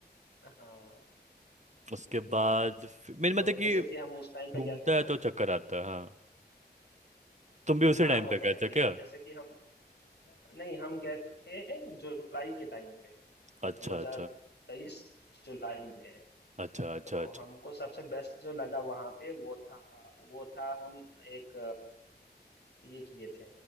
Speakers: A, on the left; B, on the right.
A: हाँ
B: उसके
A: हम्म
B: बाद फिर- मेन
A: तो
B: मतलब
A: जैसे
B: कि
A: कि हम उस टाइम पे गए
B: घूमता
A: थे ना
B: है तो चक्कर आता है हाँ तुम भी उसी
A: हाँ
B: टाइम
A: वो
B: पे
A: तो
B: गए
A: है
B: थे
A: ही
B: क्या
A: और जैसे कि हम नहीं हम गए थे जुलाई के टाइम पे 2023
B: अच्छा अच्छा
A: जुलाई में
B: अच्छा अच्छा
A: तो
B: अच्छा
A: हमको सबसे बेस्ट जो लगा वहाँ पे वो था वो था हम एक ये किए थे